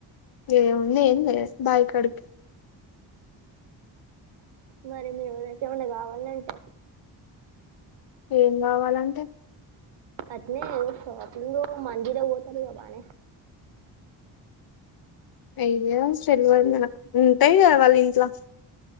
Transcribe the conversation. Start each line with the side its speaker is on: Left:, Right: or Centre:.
Left: ఏంఉంది ఏం లే బైకడికి
Right: మరి మీ ఉదచమళ <unintelligible> కావాలంటే
Left: ఏం కావాలంటే
Right: అట్లానే షాపింగ్ కో మందులకు పోతాడు గా బాగానే
Left: అయ్యా సలవ మ <unintelligible> నకు ఉంటాయి కదా వాళ్ళు ఇంట్లో